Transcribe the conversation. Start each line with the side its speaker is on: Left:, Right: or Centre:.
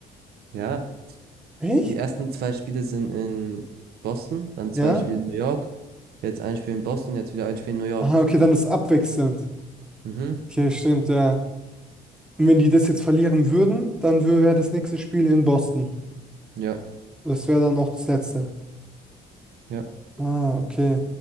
Right: Ja,
Centre: Echt?
Right: die ersten zwei Spiele sind in Boston, dann zwei
Centre: Ja?
Right: Spiele in New York. Jetzt ein Spiel in Boston, jetzt wieder ein Spiel in New York.
Centre: Aha, okay, dann ist abwechselnd.
Right: Mhm.
Centre: Okay, stimmt, ja. Und wenn die das jetzt verlieren würden, dann wäre das nächste Spiel in Boston.
Right: Ja,
Centre: Das wäre dann auch das letzte.
Right: ja,
Centre: Ah, okay.